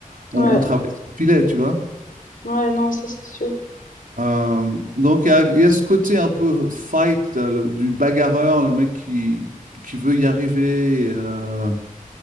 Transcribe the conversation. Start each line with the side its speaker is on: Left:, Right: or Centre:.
Right: On,
Left: ouais,
Right: on travaille sans filet, tu vois.
Left: ouais, non, ça c'est sûr.
Right: Euh, donc, il y a, il y a ce côté un peu fight euh, le- du bagarreur, le mec qui, qui veut y arriver euh,